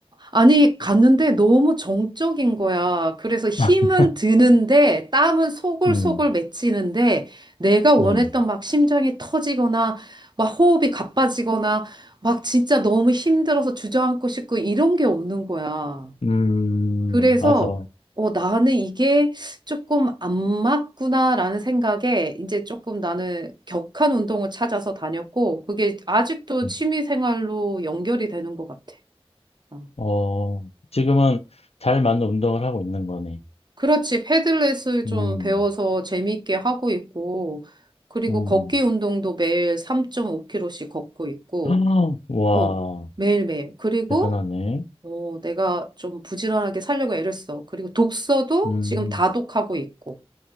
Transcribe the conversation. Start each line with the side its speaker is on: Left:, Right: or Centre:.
Right: 아니, 갔는데 너무 정적인 거야. 그래서 힘은
Left: <laughs>
Right: 드는데 땀은 소골소골
Left: 음,
Right: 맺히는데 내가 원했던
Left: 음,
Right: 막 심장이 터지거나 막 호흡이 가빠지거나 막 진짜 너무 힘들어서 주저앉고 싶고 이런 게 없는 거야.
Left: 음,
Right: 그래서
Left: 맞아.
Right: 어, 나는 이게 조금 안 맞구나라는 생각에 이제 조금 나는 격한 운동을 찾아서 다녔고 그게 아직도
Left: 음,
Right: 취미 생활로 연결이 되는 것 같아. 어.
Left: 어, 지금은 잘 맞는 운동을 하고 있는 거네.
Right: 그렇지. 패들렛을 좀
Left: 음,
Right: 배워서 재밌게 하고 있고, 그리고
Left: 음.
Right: 걷기 운동도 매일 3 5 k 로씩 걷고 있고,
Left: <gasps> 와,
Right: 어, 매일매일. 그리고,
Left: 대단하네.
Right: 어, 내가 좀 부지런하게 살려고 애를 써. 그리고 독서도
Left: 음.
Right: 지금 다독하고 있고,